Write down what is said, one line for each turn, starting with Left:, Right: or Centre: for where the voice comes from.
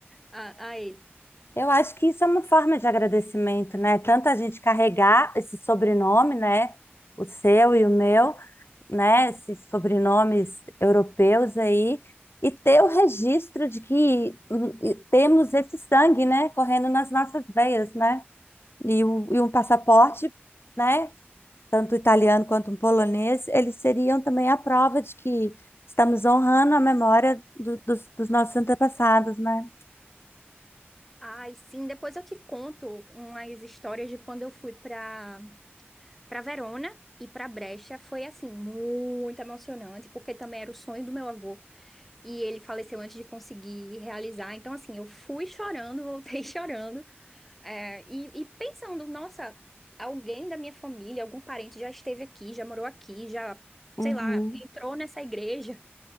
Centre: a, a ele.
Left: Eu acho que isso é uma forma de agradecimento, né? Tanto a gente carregar esse sobrenome, né? O seu e o meu, né? Esses sobrenomes europeus aí, e ter o registro de que hum, e temos esse sangue, né? Correndo nas nossas veias, né? E, o, e um passaporte, né? Tanto o italiano quanto o polonês, eles seriam também a prova de que estamos honrando a memória do- dos, dos nossos antepassados, né?
Centre: Ai, sim, depois eu te conto umas histórias de quando eu fui para para Verona e para Brecha. Foi, assim, muito emocionante, porque também era o sonho do meu avô e ele faleceu antes de conseguir realizar. Então, assim, eu fui chorando, voltei <laughs> chorando. É, e, e pensando, nossa, alguém da minha família, algum parente já esteve aqui, já morou aqui, já, sei
Left: Uhum.
Centre: lá, entrou nessa igreja.